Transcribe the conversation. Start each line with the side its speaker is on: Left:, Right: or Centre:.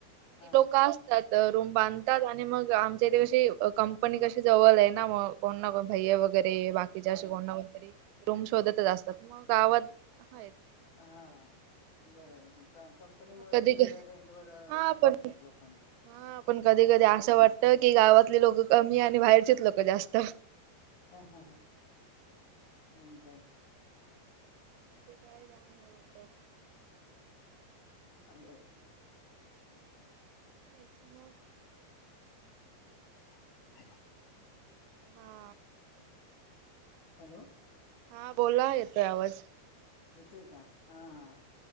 Left: हा
Right: ती लोक असतात रूम बांधतात आणि मग, आमच्या इथे कशी कंपनी कशी जवल आहे ना मग कोण ना भै्य वगैर वगैरे बाकीचेे
Left: हा
Right: आशे कोण ना कोण तरी रूम शोधतच असतात मग गावात हायेत.
Left: हा बरं कंपनीमुळे
Right: मग कधी
Left: तुमच्याकडे रेंट वर
Right: हा
Left: रूम भेटतात
Right: पण
Left: लोकांना.
Right: हा पण कधी कधी असं वाटत की गावातली लोक कमी आणि बाहेरचेच लोक जास्त.
Left: ह ह ह मग काय.
Right: मग ते काय जाम हे होत.
Left: हम् हय.
Right: <unintelligible>
Left: Hello hello.
Right: हा.
Left: हॅलो
Right: हा बोला येतोय आवाज.
Left: येतोय का हा हा